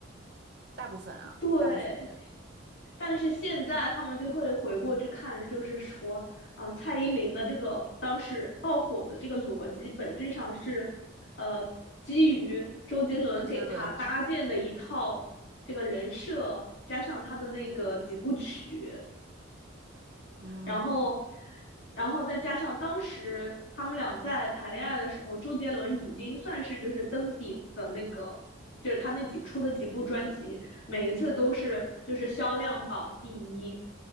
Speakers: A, on the right; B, on the left.
A: 大部分啊，
B: 对，
A: 大部分人，
B: 但是现在他们就会回过去看，就是说，嗯，蔡依林的这个当时爆火的这个逻辑，本质上是，呃，基于周杰伦给他搭建的一套这个人设，
A: 周杰伦，
B: 加上他的那个几部曲，
A: 嗯，
B: 然后，然后再加上当时他们俩在谈恋爱的时候，周杰伦已经算是就是登顶的那个，就是他那几出的几部专辑，每一次都是就是销量榜第一。